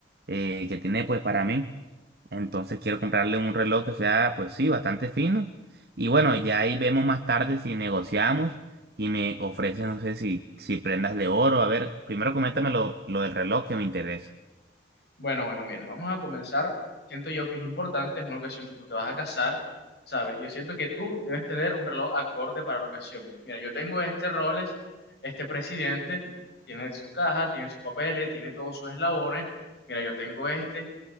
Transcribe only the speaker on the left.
Bueno, bueno, mira, vamos a comenzar. Siento yo que es importante, es una ocasión que tú te vas a casar, ¿sabes? Yo siento que tú debes tener un reloj acorde para la ocasión. Mira, yo tengo este Rolex, este presidente, tiene su caja, tiene sus papeles, tiene todos sus eslabones. Mira, yo tengo este